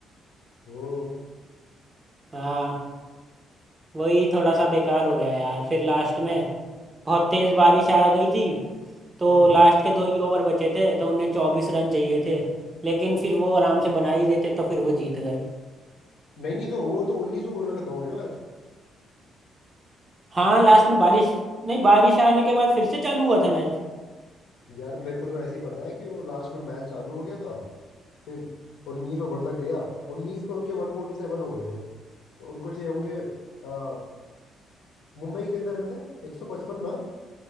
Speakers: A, on the left (about 85°); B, on the right (about 25°).
A: ओ
B: हाँ वही थोड़ा सा बेकार हो गया यार फिर लास्ट में बहुत तेज बारिश आ गई थी तो
A: हम्म
B: लास्ट के दो ही ओवर बचे थे तो उन्हें चौबीस रन चाहिए थे लेकिन फिर वो आराम से बना ही देते तो फिर वो जीत गए
A: नहीं नहीं तो वो तो उन्नीस ओवर में खत्म हो गया ना मैच
B: हाँ लास्ट में बारिश नहीं बारिश आने के बाद फिर से चालू हुआ था मैच
A: यार मेरे को तो ऐसे ही पता है कि वो लास्ट में मैच चालू हो गया था फिर उन्नीस ओवर तक गया उन्नीस पे उनके वन फोर्टी सेवन हो गए थे तो उनको चाहिए होंगे आ, मुंबई के कितने रन थे एक सौ पचपन ना